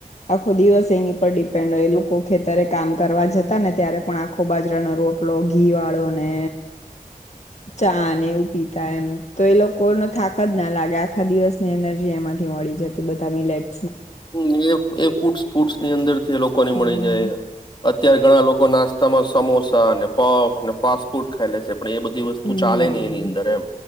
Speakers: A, on the left (about 50°); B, on the left (about 30°).
A: આખો દિવસ એની પર ડિપેન્ડ હોય એ લોકો ખેતરે કામ કરવા જતા ને ત્યારે પણ આખો બાજરાના રોટ રોટલો ઘી વાળો ને ચા ને એવું પીતા એમ તો એ લોકોનો થાક જ ના લાગે આખા દિવસની એનર્જી એમાંથી મળી જતી બધા મિલેટ
B: હમ્મ એ એ કુડ ફૂડ્સ ની અંદર થી એ લોકો ને
A: હમ
B: મળી જાય અત્યારે ઘણા લોકો નાસ્તા તા મા સમોસા ને પફ ને ફાસ્ટ ફૂડ ખાય લે છે પણ એ બધી વસ્તુ
A: હમ્મ
B: ચાલે નહી એની અંદર એમ